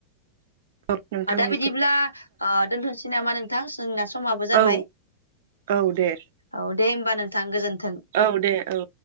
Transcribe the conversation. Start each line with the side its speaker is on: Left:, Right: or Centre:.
Right: अ नोंथां
Left: बेबायदिब्ला ओ दोनथ'नोसै नामा नोंथां जोंना समाबो जाबाय
Right: औ औ दे
Left: औ दे होमबा नोंथां गोजोन्थों
Right: औ दे औ